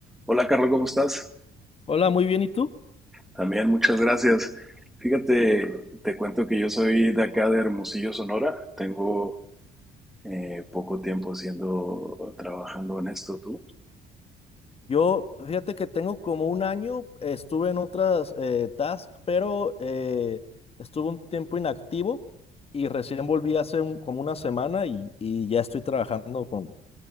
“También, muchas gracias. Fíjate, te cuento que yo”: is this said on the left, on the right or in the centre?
Centre